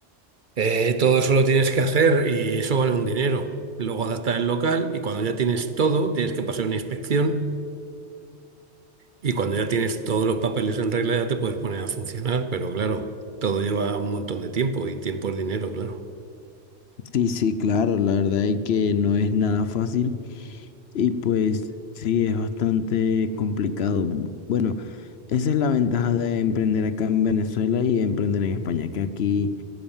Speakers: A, on the right; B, on the left.
A: Eh, todo eso lo tienes que hacer y eso vale un dinero. Luego adaptar el local y cuando ya tienes todo, tienes que pasar una inspección. Y cuando ya tienes todos los papeles en regla, ya te puedes poner a funcionar, pero claro, todo lleva un montón de tiempo y tiempo es dinero, claro.
B: Sí, sí, claro, la verdad es que no es nada fácil y pues sí, es bastante complicado. Bueno, esa es la ventaja de emprender acá en Venezuela y emprender en España, que aquí